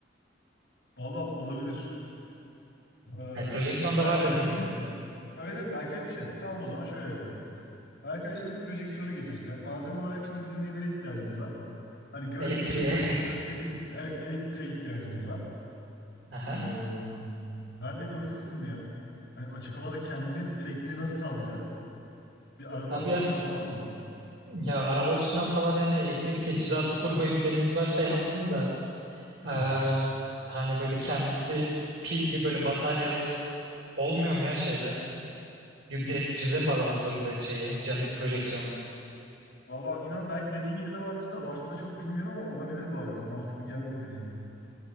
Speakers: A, on the left; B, on the right.
A: Valla olabilir. E,
B: Yani projeksiyon
A: düşüneyim nerede
B: da var
A: yapabiliriz
B: dedin.
A: bunu. Evet evet Berkay işte tamam o zaman şöyle yapalım. Berkay şimdi projeksiyonu getirse, malzeme olarak şimdi bizim nelere ihtiyacımız var? Hani görüntü
B: Elektriğe.
A: için projeksiyon kesinlikle. Evet, elektriğe ihtiyacımız var.
B: <laughs> Aha.
A: Eee, nerede yapabiliriz ki bunu ya? Hani açık havada kendimiz elektriği nasıl sağlayacağız? Bir araba
B: Abi
A: aküsünden
B: ya,
A: falan mı?
B: ya araba aküsünden falan yani elektrik teçhizatı kurmayı bilenimiz varsa yapsın da
A: <laughs> Heh.
B: eee, hani böyle kendisi pilli böyle bataryalı olmuyor mu ya şeyler? Yok direkt prize mi bağlamak zorundayız şeyi, can, projeksiyonu?
A: Valla inan belki dediğin gibi de vardır da varsa da çok bilmiyorum ama olabilir bu arada. Mantıklı geldi bu dediğin.